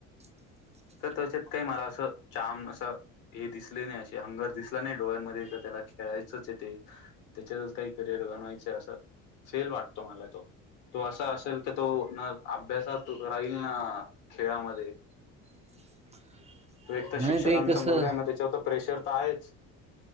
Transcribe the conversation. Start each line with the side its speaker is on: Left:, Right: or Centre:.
Right: <inaudible>
Left: तर त्याच्यात काही मला असं छान असं हे दिसले नाही असे हंगर दिसला नाही डोळ्यांमध्ये त्याला खेळायचंच आहे ते त्याच्यातच काही करिअर बनवायचं असं फेल वाटतो मला तो तो असा असेल की तो ना अभ्यासात राहील ना खेळामध्ये
Right: <inaudible>
Left: तो एक तर शिक्षकांचा
Right: नाही ते कसं
Left: मुलगा आहे मग त्याच्यावर तर प्रेशर तर आहेच